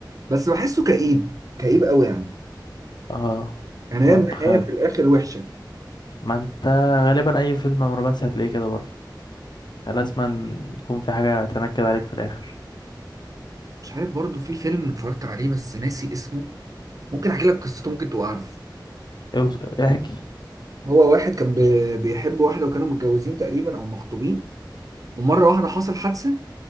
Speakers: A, on the right; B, on the left.
A: بس بحسه كئيب كئيب قوي يعني
B: اه
A: يعني هي
B: طب
A: النهاية
B: خد
A: في الآخر وحشة
B: ما انت غالبا اي فيلم رومانسي هتلاقيه كده برضه لازم يكون في حاجة تنكد عليك في الآخر
A: مش عارف برضه في فيلم اتفرجت عليه بس ناسي اسمه ممكن احكي لك قصته ممكن تبقى عارفه
B: اوص- احكي
A: هو واحد كان بي- بيحب واحدة وكانوا متجوزين تقريبا أو مخطوبين ومرة واحدة حصل حادثة